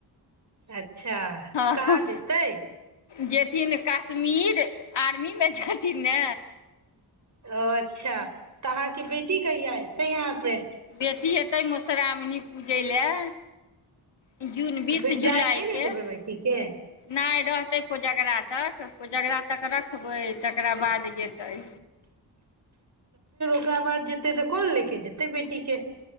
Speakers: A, on the right; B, on the left.
A: अच्छा अच्छा
B: हँ
A: कहाँ जेतै
B: जेथिन कश्मीर आर्मी मे छथिन ने
A: ओ ओर अच्छा तऽ अहाँ के बेटी कहिया ए तऽ यहाँ पे
B: बेसी एतह मौस मौसश्रामणी पूज लए जून बीस
A: तऽ फेर
B: जुलाइके
A: जाय नहि ने देबै बेटीके
B: नहि रहतै कोजगरा तक कोजगरा तक रखबै तकरा बाद जेतै
A: तबज तऽ एह बेर कोन ले के जेतै बेटी के